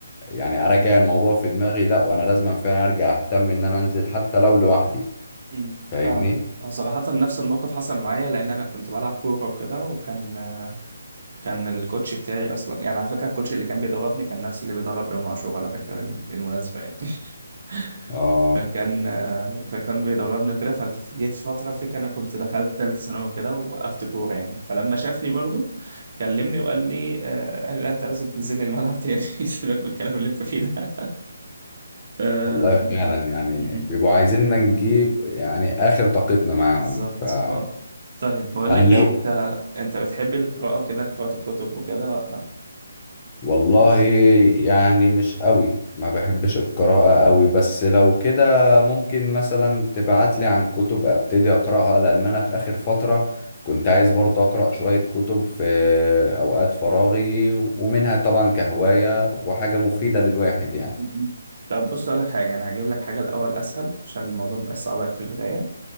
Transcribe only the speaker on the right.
مم.
فاهمة هو صراحة نفس الموقف حصل معايا لأن أنا كنت بلعب كورة وكده وكان آه، كان الكوتش بتاعي أصلا يعني على فكرة الكوتش اللي كان بيدربني كان نفس اللي بيدرب إمام عاشور على فكرة بال- بالمناسبة يعني <laughs>
فكان آه، فكان بيدربني وكده فجيت في فترة الفكرة أنا كنت دخلت تالتة ثانوي وكده ووقفت كورة يعني فلما شافني برضه كلمني وقال لي آه، قال لي لا أنت لازم تنزل لي الملعب تاني <laughs> سيبك من الكلام اللي أنت فيه ده آه،
م- م.
بالظبط
اه طيب بقول
لك ايه انت انت بتحب القراءة وكده قراءة الكتب وكده ولا لا؟
م-م. طب بص اقول لك حاجة انا هجيب لك حاجة الاول اسهل عشان الموضوع مبقاش صعب عليك في البداية